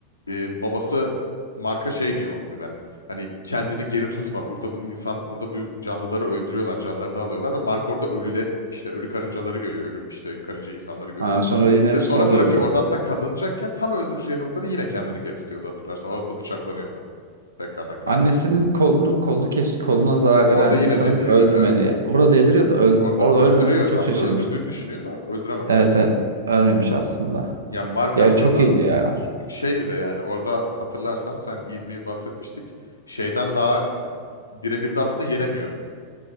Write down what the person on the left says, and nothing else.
e, babası marka şey diyor Omniman. Hani kendini geri tutma. Burada bu insan, burada bu canlıları öldürüyorlar, canlarını alıyorlar ve Mark orada ölüle işte ölü karıncaları görüyor, ölü işte karınca insanları görüyor.
Ve sonra
bırakıyor.
Orada hatta kazanacakken tam öldüreceği noktada yine kendini geri tutuyordu hatırlarsan. Orada bıçaklanıyordu. Tekrardan karnından.
Orada
yine
deliriyor,
evet.
Orada
öldürüyor.
Aslında
öldürdüğünü düşünüyor da öldürememiş.
Yani Mark
aslında
şey bir de yani orada hatırlarsan sen ivmeyi bahsetmiştik. Şeyden daha ya, birebir de aslında yenemiyor